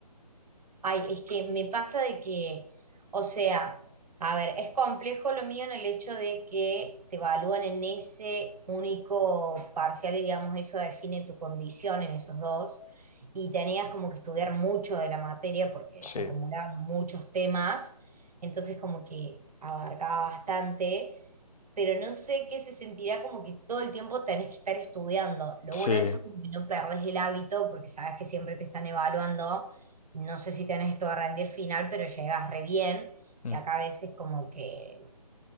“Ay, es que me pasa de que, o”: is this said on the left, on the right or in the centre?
Right